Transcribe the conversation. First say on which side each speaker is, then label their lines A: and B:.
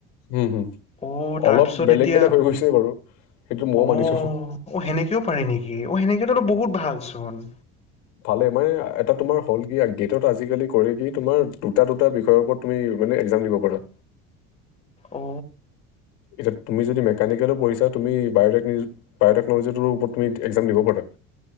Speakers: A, on the left; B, on the left.
A: হম হম
B: অ' তাৰপিছত
A: অলপ বেলেগ
B: এতিয়া
A: বেলেগ হৈ গৈছে বাৰু সেইটো ময়ো
B: অ অ
A: মানিছো
B: সেনেকেও পাৰে নেকি অ সেনেকে বহুত ভাল চোন
A: ভালে মানে এটা তোমাৰ হ'ল কি গেটত আজিকালি কৰে কি তোমাৰ দুটা দুটা বিষয়ৰ ওপৰত তুমি মানে একজাম দিব পাৰা
B: অ
A: এতিয়া তুমি যদি মেকানিকেলো পঢ়িছা তুমি বায়'টেক নিজ বায়'টেকন'লজিটোৰ ওপৰত তুমি একজাম দিব পাৰা